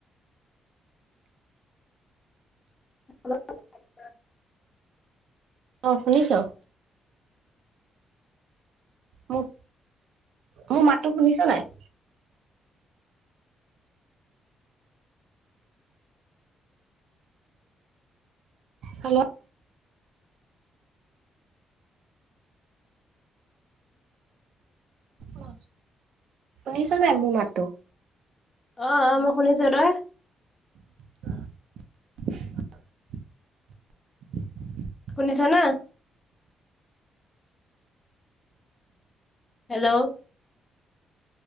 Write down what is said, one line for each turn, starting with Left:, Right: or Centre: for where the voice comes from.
Left: হ <inaudible>
Right: অ শুনিছ। মোৰ মোৰ মাততো শুনিছ নাই? হেল্ল'? অ শুনিছ নাই মোৰ মাততো?
Left: অ অ মই শুনিছো, তই?
Right: <inaudible>
Left: শুনিছা না? হেল্ল'?